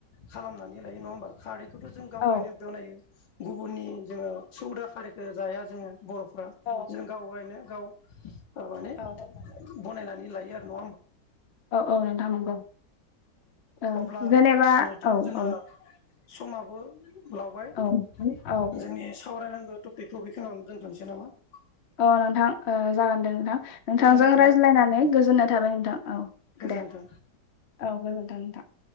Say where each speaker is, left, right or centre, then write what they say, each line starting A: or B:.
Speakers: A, on the left; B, on the left.
A: खालामनानै लायो नङा होमबा खारैखौ थ जों गावगायनो
B: औ
A: दनायो गुबुननि जोङो सौदा खारैखौ जाया जोङो बरफ्रा
B: औ
A: जों गावायनो गाव माने
B: औ
A: बनायनानै लायो आरो नङा
B: औ औ नोंथां नंगौ औ
A: होमबा
B: जेनेबा औ औ
A: <inaudible> समाबो लावबाय जोंनि
B: औ औ
A: सावरायनांगौ ट- पिकखौ बेखिनियावनो दोनथनोसै नामा
B: अ नोंथां ओ जागोन दे नोंथां नोंथांजों
A: गोजोननाय थाबाय
B: रायज्लायनानै गोजोननाय थाबाय नोंथां औ
A: गोजोन्थों
B: दे औ गोजोनथों थां